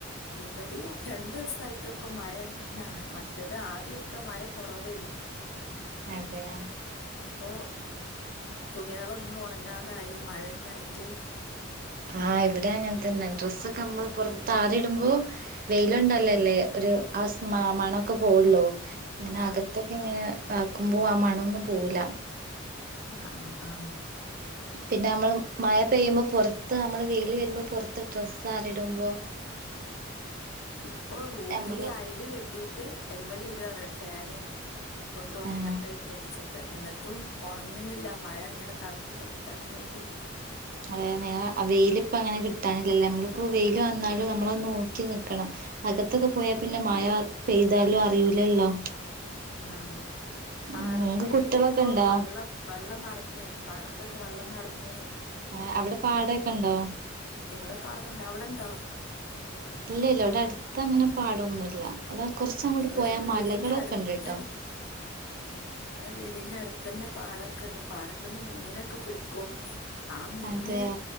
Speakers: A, on the left (about 70°); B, on the right (about 45°).
A: ഇവിടെയും രണ്ട് ദിവസായിട്ട് ഇപ്പ മഴ അതാണ് മറ്റേത് ആദ്യക്കെ മഴ കുറവേരുന്നു
B: അതെയൊ
A: ഇപ്പൊ തുണികളൊന്നും ഉണങ്ങാതായി മഴന്നായിട്ട്
B: ആഹ് ഇവിടെ അങ്ങനെ തന്നെ ഡ്രസ്സൊക്കെ നമ്മൾ പുറത്താറിടുമ്പോ വെയിലുണ്ടല്ലേ
A: ഉം
B: അല്ലെ ഒരു ആ സ്മെ മണൊക്കെ പോവുള്ളൂ അങ്ങനെ
A: ആ
B: അകത്തൊ ക്കെ ഇങ്ങനെ ആക്കുമ്പോ ആ മണൊന്നും പോവില്ല
A: ആഹ് ആഹ് ആഹ്
B: പിന്നെ നമ്മള് മഴ പെയ്യുമ്പോ പുറത്ത് നമ്മള് വെയില് വരുമ്പോ പുറത്ത് ഡ്രെസ്സാറിടുമ്പോ
A: ഇപ്പൊ റൂമില്
B: നമ്മള്
A: അയല് കെട്ടിട്ട് ഐമേല് ഇടാണ് ഫാന് കൊണ്ട് ഉണങ്ങട്ടെന്ന്
B: ആഹ്
A: വിചാരിച്ചിട്ട് എന്നി ട്ടും ഉണങ്ങുന്നില്ല മഴ ഇങ്ങനെ തണുപ്പ് തട്ടി തണുപ്പ് തട്ടി
B: അതായത് വെയിലിപ്പ അങ്ങനെ കിട്ടാനില്ലല്ലേ നമ്മളിപ്പോ
A: ഉം
B: വെയില് വന്നാലും നമ്മളത് നോക്കി നിക്കണം അകത്തൊക്കെ പോയാ പിന്നെ മഴ പെയ്താലും അറിയൂലല്ലോ
A: ആഹ് പാടത്ത്
B: ഉം നിങ്ങക്ക് കുട്ടികളൊക്കെ
A: ഇപ്പൊ
B: ഉണ്ടോ
A: വള്ളം വെള്ളം നറഞ്ഞ് പടത്തൊക്കെ വെള്ളം നറഞ്ഞ്
B: ആഹ് അവ്ടെ പാടേക്കെണ്ടാേ?
A: ഇബ്ടെ പാടണ്ട് അവ്ടെണ്ടോ?
B: ഇല്ല ഇല്ല ഇവ്ടെ അട്ത്തങ്ങനെ പാടൊന്നുല്ലാ ഇവ്ടെ കൊറച്ച് അങ്ങോട്ട്
A: ഇവിടെ
B: പോയാ
A: വീടിന്റെ
B: മലകളൊക്കെണ്ട്ട്ടോ
A: അടുത്തന്നെ ആഹ് ഇവ്ടെ വീടിന്റെ അട്ത്തന്നെ പാടൊക്കെണ്ട് പാടത്ത്ന്ന് മീനൊക്കെ പിടിക്കും ആ മീന്
B: അതെയോ